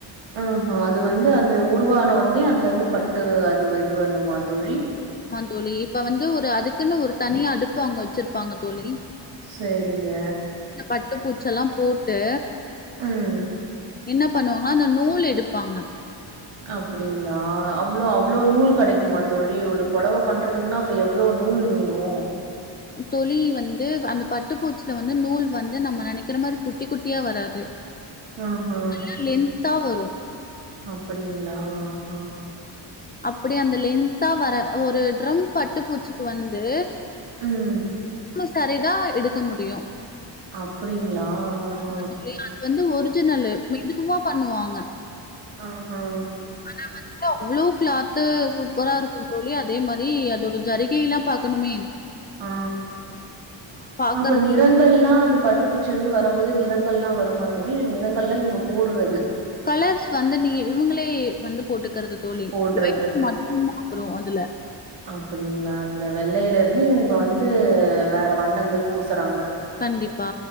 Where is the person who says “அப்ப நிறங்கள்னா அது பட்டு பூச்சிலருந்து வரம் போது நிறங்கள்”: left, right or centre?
Right